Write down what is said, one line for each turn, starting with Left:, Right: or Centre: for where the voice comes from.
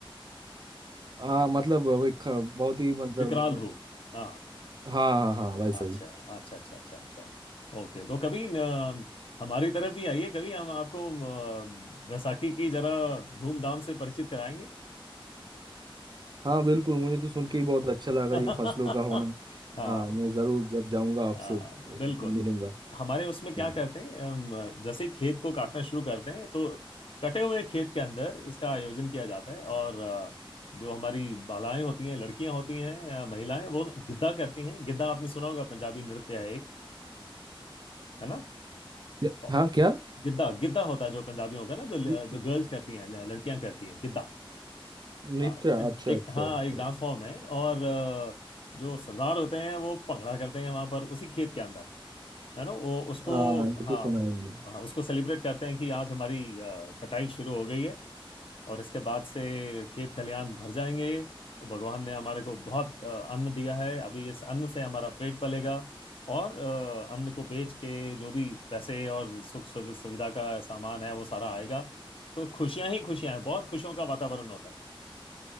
Right: हाँ हाँ मतलब वो एक अ, बहुत ही मतलब
Left: विकराल रूप हाँ
Right: हाँ हाँ हाँ वैसा
Left: अच्छा
Right: ही
Left: अच्छा अच्छा अच्छा अच्छा ओके तो कभी अ, हमारी तरफ भी आइए कभी हम आपको अ, बैसाखी की जरा धूमधाम से परिचित कराएंगे
Right: हाँ बिल्कुल मुझे तो सुन के ही बहुत अच्छा लगा
Left: <laughs>
Right: ये फसलों का होना
Left: हाँ
Right: हाँ मैं जरूर जब जाऊंगा आपसे
Left: हाँ
Right: मिलूंगा
Left: बिल्कुल हमारे उसमें
Right: हम्म।
Left: क्या करते हैं हम जैसे ही खेत को काटना शुरू करते हैं तो कटे हुए खेत के अंदर इसका आयोजन किया जाता है और अ, जो हमारी बालाएं होती हैं लड़कियां होती हैं या महिलाएं वो गिद्दा करती हैं गिद्दा आपने सुना होगा पंजाबी नृत्य है एक है ना
Right: क्या-
Left: औ-
Right: हाँ क्या
Left: गिद्दा गिद्दा होता है जो पंजाबियों का ना जो
Right: इ-
Left: जो गर्ल्स करती हैं लड़कियां करती हैं गिद्दा
Right: नित्रा
Left: हाँ
Right: अच्छा
Left: एक
Right: अच्छा
Left: हाँ
Right: अच्छा
Left: एक डांस फॉर्म है और अ, जो सरदार होते हैं वो भंगड़ा करते हैं वहां पर उसी खेत के अंदर है ना वो उसको
Right: हाँ ये
Left: हाँ
Right: तो सुना है मैंने
Left: हाँ उसको सेलिब्रेट करते हैं कि आज हमारी अ, कटाई शुरू हो गई है और इसके बाद से खेत खलियान भर जाएंगे और भगवान ने हमारे को बहुत अ, अन्न दिया है अभी इस अन्न से हमारा पेट पलेगा और अ, अन्न को बेच के जो भी पैसे और सुख सुवि- सुविधा का सामान है वो सारा आएगा तो खुशियां ही खुशियां हैं बहुत खुशियों का वातावरण होता